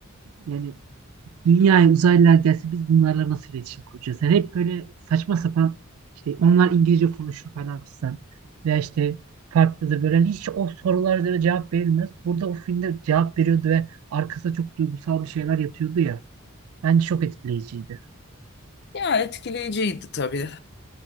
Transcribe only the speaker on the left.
Ya etkileyiciydi tabii.